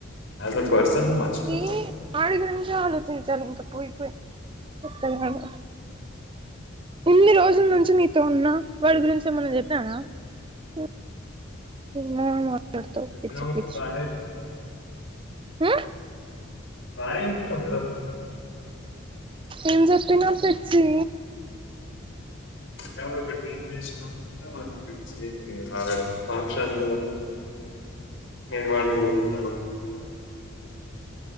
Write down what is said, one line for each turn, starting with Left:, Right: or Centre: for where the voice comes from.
Left: యాజ్ అ పర్సన్ నువ్వు మర్చిపోతావు
Right: ఏ ఆడు గురించి ఆలోచించించాల ఇంకా పోయిపోయి చెత్తగాడు ఇన్ని రోజుల నుంచి నీతో ఉన్నా వాడి గురించి ఏమన్నా చెప్పానా హు ఏమో మాట్లాడుతావ్
Left: చెప్పినావు
Right: పిచ్చి
Left: కదా
Right: పిచ్చి
Left: బాగా అయిపోయినావు
Right: ఊహు
Left: బానే చెప్పినావు కదా
Right: ఏం చెప్పిన పిచ్చి
Left: మేము అప్పుడు ఒక బిట్ చేసినాము కదా ద <inaudible> గురించి న ఆ ఫంక్షన్ నేను వాడిని కొట్టిన